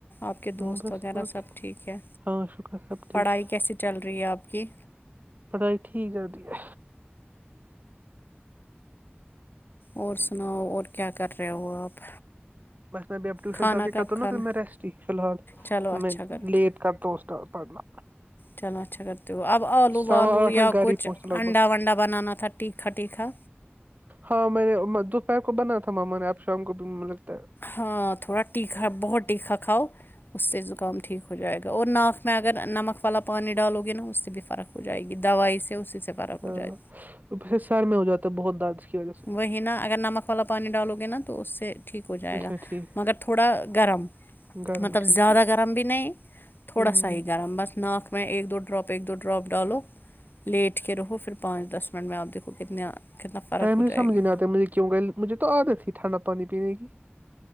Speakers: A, on the left (about 55°); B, on the right (about 45°).
A: آپ کے
B: ہوں،
A: دوست
B: بس
A: وغیرہ
B: بس
A: سب ٹھیک ہے
B: ہاں شکر سب ٹھیک
A: پڑھائی کیسی چل رہی ہے آپ کی
B: پڑھائی ٹھیک چلتی ہے
A: اور سناؤ اور کیا کر رہے ہو آپ
B: بس میں ابھی اب ٹیوشن
A: کھانا
B: سے آ کے کرتا
A: کب کھانا
B: ہوں پھر میں ریسٹ ج فی الحال
A: چلو اچھا
B: میں
A: کرتے
B: لیٹ کرتا ہوں سٹارٹ پڑھنا
A: چلو اچھا کرتے تو اب آلو
B: سوا
A: بالو
B: آٹھ
A: یا
B: میں گھر
A: کچھ
B: ہی پہنچتا لگ
A: انڈا
B: بھگ
A: ونڈا بنانا تھا ٹیکھا ٹیکھا
B: ہاں میں نے رات کو بنا تھا ماما نے آپ شام کو بھی مطل
A: ہاں تھوڑا ٹیکھا بہت ٹیکھا کھاؤ اس سے زکام ٹھیک ہو ہو جائے گا اور ناک میں اگر نمک والا پانی ڈالو گے نا اس سے بھی فرق ہو جائے گی دوائی سے اسی سے فرق ہو
B: ہ
A: جائے
B: پھر سر میں ہو جاتا ہے بہت درد جس کی وجہ سے
A: وہی نا اگر نمک والا پانی ڈالو گے نا تو اس سے ٹھیک ہو جائے
B: اچھا
A: گا
B: ٹھیک
A: مگر تھوڑا گرم
B: گرم
A: مطلب
B: ٹھیک
A: زیادہ
B: ہے
A: گرم بھی نہیں تھوڑا
B: ہ
A: سا ہی گرم بس ناک میں ایک دو ڈراپ ایک دو ڈراپ ڈالو لیٹ کے رہو پھر پانچ دس منٹ میں آپ دیکھو کتنا کتنا فرق
B: ٹائم
A: ہو جائے
B: سمجھ
A: گی
B: نہیں آتا مجھے کیوں کہ مجھے تو عادت تھی ٹھنڈا پانی پینے کی